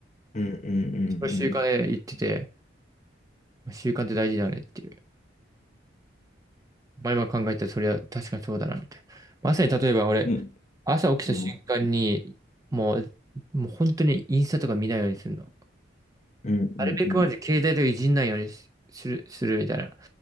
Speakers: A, on the left; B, on the right.
A: うんうんうんうん。
B: その習慣で言ってて、習慣って大事だねっていう。まあ今考えたらそれは確かにそうだなみたいな。まさに例えば俺、
A: うん
B: 朝起きた瞬間に、
A: うん
B: もう、もう本当にインスタとか見ないようにするの。
A: うんうん
B: なるべくまず携帯とかいじんないようにしする、するみたいな。